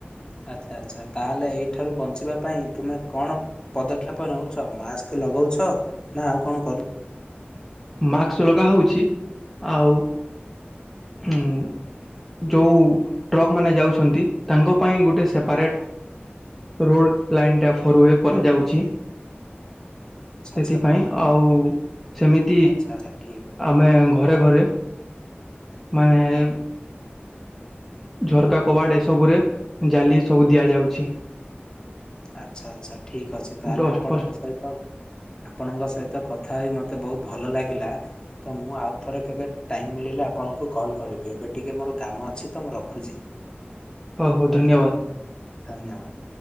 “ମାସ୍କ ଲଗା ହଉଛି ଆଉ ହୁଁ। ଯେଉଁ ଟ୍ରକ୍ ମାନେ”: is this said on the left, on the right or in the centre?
Centre